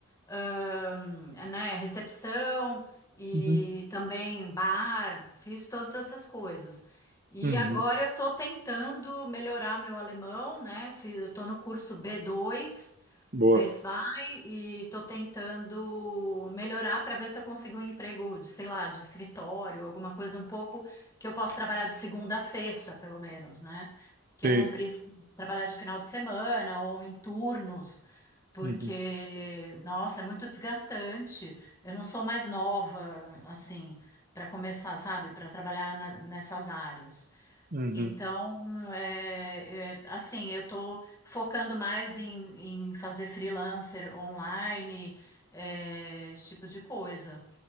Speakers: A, on the left; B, on the right.
A: ãh, né, recepção e
B: Uhum.
A: também bar, fiz todas essas coisas. E
B: Uhum.
A: agora eu estou tentando melhorar meu alemão, né? Fiz- Eu estou no curso B2.
B: Boa.
A: Best Buy e tô tentando melhorar para ver se eu consigo um emprego de, sei lá, de escritório, alguma coisa um pouco que eu possa trabalhar de segunda a sexta, pelo menos, né? Que
B: Sim.
A: eu não preciso trabalhar de final de semana ou em turnos, porque,
B: Uhum.
A: nossa, é muito desgastante. Eu não sou mais nova, assim, para começar, sabe, para trabalhar na- nessas áreas.
B: Uhum.
A: Então, é, é, assim, eu estou focando mais em, em fazer freelancer online, é, esse tipo de coisa,